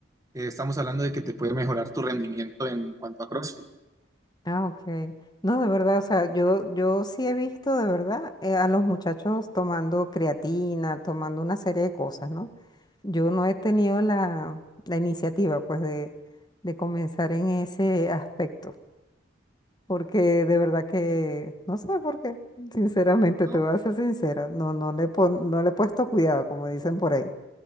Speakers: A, on the right (about 20°); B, on the left (about 20°).
A: eh, estamos hablando de que te puede mejorar tu rendimiento en cuanto a CrossFit,
B: Ah, ok. No, de verdad, o sea, yo, yo sí he visto de verdad eh, a los muchachos tomando creatina, tomando una serie de cosas, ¿no? Yo no he tenido la, la iniciativa, pues, de, de comenzar en ese aspecto. porque de verdad que no sé por qué. Sinceramente,
A: ¿no?
B: te voy a ser sincera, no, no le pon- no le he puesto cuidado, como dicen por ahí.